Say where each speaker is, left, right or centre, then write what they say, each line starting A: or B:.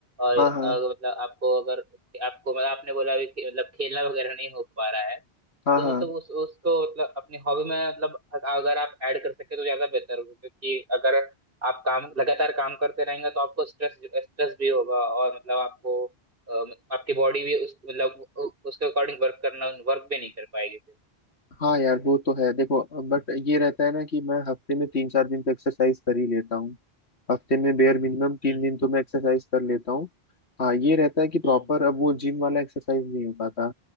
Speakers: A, on the right; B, on the left.
A: और
B: हाँ
A: अगर
B: हाँ
A: मतलब आपको अगर आपको मतलब आपने बोला अभी कि मतलब खेलना वगैरह नहीं हो पा रहा है
B: हाँ
A: तो
B: हाँ
A: मतलब उस उसको मतलब अपनी हॉबी में मतलब अगर आप ऐड कर सके तो ज्यादा बेहतर होगा क्योंकि अगर आप काम लगातार काम करते रहेंगे तो आपको स्ट्रेस स्ट्रेस भी होगा और मतलब आपको अम, आपकी बॉडी भी उस मतलब उ- उसके अकॉर्डिंग वर्क करना वर्क भी नहीं कर पाएगी फिर
B: हाँ यार वो तो है देखो बट ये रहता है ना कि मैं हफ्ते में तीन चार दिन तो एक्सरसाइज कर ही लेता हूँ हफ्ते में बेयर मिनिमम तीन
A: हम्म
B: दिन तो मैं एक्सरसाइज कर लेता हूँ हाँ ये रहता है कि प्रॉपर
A: हम्म
B: अब वो जिम वाला एक्सरसाइज नहीं हो पाता